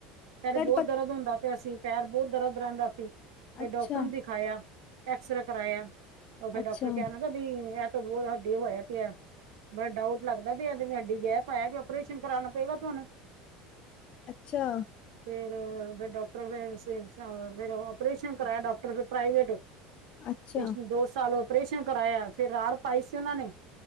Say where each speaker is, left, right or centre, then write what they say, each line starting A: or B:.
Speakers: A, on the right (about 85°); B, on the left (about 40°).
A: ਪਹਿਲੇ
B: ਕਟਪ
A: ਬਹੁਤ ਦਰਦ ਹੁੰਦਾ ਪਿਆ ਸੀ। ਪੈਰ ਬਹੁਤ ਦਰਦ ਰਹਿੰਦਾ ਸੀ, ਫਿਰ
B: ਅੱਛਾ,
A: ਡਾਕਟਰ ਨੂੰ ਦਿਖਾਇਆ ਐਕਸਰੇ ਕਰਾਇਆ। ਉਹ ਫੇਰ
B: ਅੱਛਾ,
A: ਡਾਕਟਰ ਕਹਿਣ ਲਗਾ। ਇਹ ਤਾਂ ਬਹੁਤ ਸਾਡੇ ਹੋਇਆ ਪਿਆ, ਬੜਾ ਡਾਊਟ ਲੱਗਦਾ ਵੀ ਐ ਹੱਡੀ ਵਿਚ ਗੈਪ ਆਇਆ ਜੋ ਉਪਰੇਸ਼ਨ ਕਰਾਉਣਾ ਪਏਗਾ ਤੁਹਾਨੂੰ-
B: ਅੱਛਾ
A: ਫੇਰ ਫ ਡਾਕਟਰ ਫ ਫਿਰ ਓਪਰੇਸ਼ਨ ਕਰਾਇਆ ਡਾਕਟਰ ਫ ਪ੍ਰਾਈਵੇਟ
B: ਅੱਛਾ,
A: ਪਿਛਲੇ ਦੋ ਸਾਲ ਓਪਰੇਸ਼ਨ ਕਰਾਇਆ, ਫਿਰ ਰਾੜ ਪਾਈ ਸੀ ਉਹਨਾਂ ਨੇ